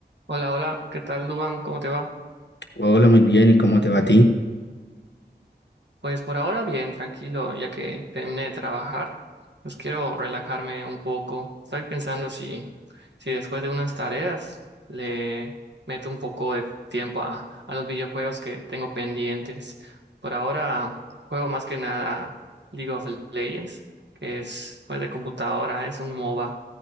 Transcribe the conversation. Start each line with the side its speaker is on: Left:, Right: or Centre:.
Right: Hola, hola, ¿qué tal, Duban? ¿Cómo te va?
Left: Hola, muy bien, ¿y cómo te va a ti?
Right: Pues por ahora bien, tranquilo, ya que terminé de trabajar, pues quiero relajarme un poco. Estoy pensando si, si después de unas tareas le meto un poco de tiempo a, a los videojuegos que tengo pendientes. Por ahora juego más que nada League of Legends, que es pues de computadora, es un MOBA,